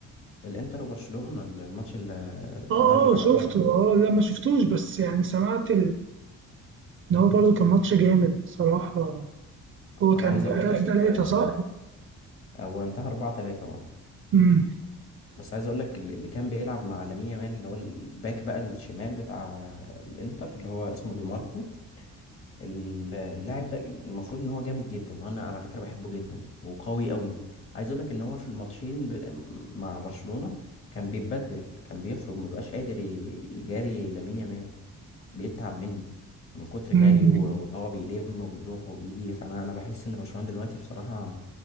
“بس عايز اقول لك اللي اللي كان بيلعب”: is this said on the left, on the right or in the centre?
Left